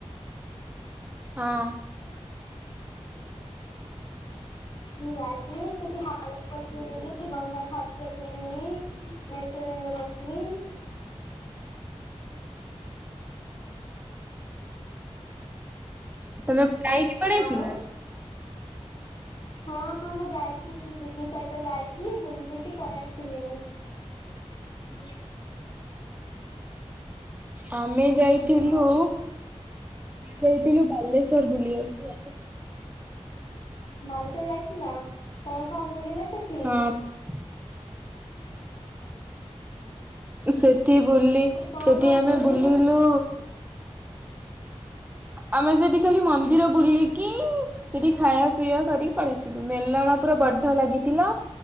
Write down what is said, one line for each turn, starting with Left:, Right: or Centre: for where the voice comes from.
Right: ହଁ।
Left: ମୁଁ ଯାଇଥିଲି ସେଠି‌ ହା ବୁଲିଲି ଗଙ୍ଗା ଘାଟରେ ବୁଲିଲି ମେଟ୍ରୋରେ ବସିଲି।
Right: ତମେ ଗାଇକି ପଳିଆସିଲଣି?
Left: ଆଉ ହଁ ମୁଁ ଯାଇଥିଲି ଦିଦି ସହିତ ଯାଇଥିଲି ବୁଲି ଲିକି ପଳେ ଆସିଲିନି‌।
Right: ଆମେ ଯାଇଥିଲୁ‌।
Left: ଆଉ
Right: ସେଇଥିଲୁ ବାଲେଶ୍ଵର ବୁଲିବାକୁ।
Left: ବାଲେଶ୍ଵର ଯାଇଥିଲ, କଣ କଣ ବୁଲିଲ ସେଠି?
Right: ହଁ। ସେଠି ବୁଲି
Left: କଣ
Right: ସେଠି
Left: କଣ
Right: ଆମେ
Left: ବୁଲିଲ?
Right: ବୁଲିଲୁ ଆମେ ସେଠି ଖାଲି ମନ୍ଦିର ବୁଲିକି ସେଠି ଖାଇବା ପିଇବା କରିକି ପଳେଇ ଆସିଲୁ। ମେଲଣ ପୁରା ବଡ ଲାଗିଥିଲା।